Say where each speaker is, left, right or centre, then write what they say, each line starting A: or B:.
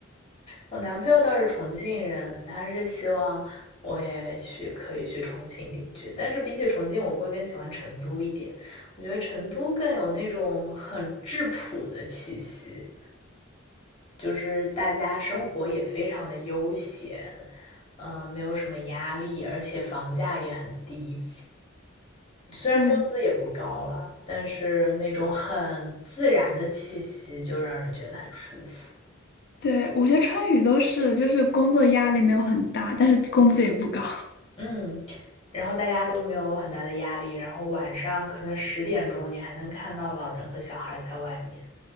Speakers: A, on the left; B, on the left.
A: 我男朋友倒是重庆人，他是希望我也去可以去重庆定居，但是比起重庆，我会更喜欢成都一点。我觉得成都更有那种很质朴的气息，就是大家生活也非常的悠闲，嗯、呃没有什么压力，而且房价也很低，虽然工资也不高了，
B: 对
A: 但是那种很自然的气息就让人觉得很舒服。
B: 对，我觉得川渝都是，就是工作压力没有很大，但是工资也不高。
A: 嗯，然后大家都没有很大的压力，然后晚上可能十点钟你还能看到老人和小孩在外面。